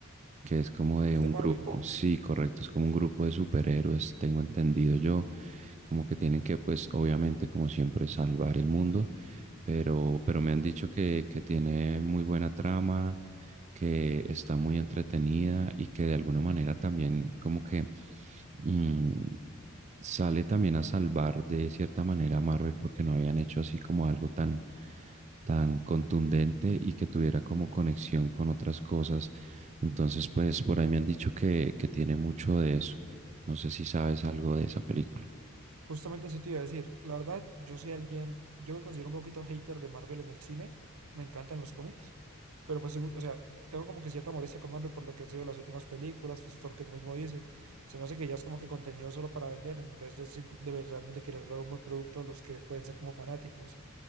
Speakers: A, on the right; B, on the right.
A: que es como de
B: Es
A: un
B: de Marvel,
A: grupo,
B: ¿no?
A: sí, correcto, es como un grupo de superhéroes, tengo entendido yo, como que tienen que, pues, obviamente, como siempre, salvar el mundo, pero, pero me han dicho que, que tiene muy buena trama, que está muy entretenida y que de alguna manera también como que mm, sale también a salvar de cierta manera a Marvel porque no habían hecho así como algo tan, tan contundente y que tuviera como conexión con otras cosas. Entonces, pues por ahí me han dicho que, que tiene mucho de eso. No sé si sabes algo de esa película.
B: Justamente eso te iba a decir. La verdad, yo soy alguien, yo me considero un poquito hater de Marvel en el cine. Me encantan los cómics, pero pues, soy muy- o sea, tengo como que cierta molestia con Marvel por lo que han sido las últimas películas, pues lo que tú mismo dices. Se me hace que ya es como que contenido solo para vender en vez de, simple- de ver- realmente querer dar un buen producto a los que pueden ser como fanáticos.